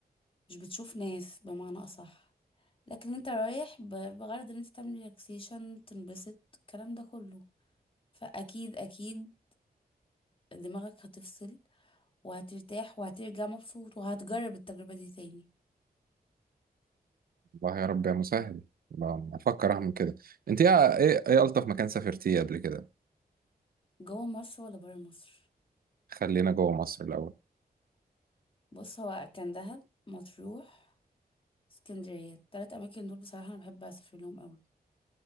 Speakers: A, on the left; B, on the right.
A: مش بتشوف ناس بمعنى اصح لكن انت رايح ب- بغرض ان انت تعمل ريلاكسيشن تنبسط الكلام ده كله فاكيد اكيد دماغك هتفصل وهترتاح وهترجع مبسوط وهتجرب التجربة دي تاني
B: والله يا رب يا مسهل ب- بفكر أعمل كده أنت إيه إيه إيه ألطف مكان سافرتيه قبل كده
A: جوه مصر ولا برا مصر
B: خلينا جوه مصر الأول
A: بص هو كان دهب مطروح اسكندرية التلات أماكن دول بصراحة أنا بحب أسافر لهم أوي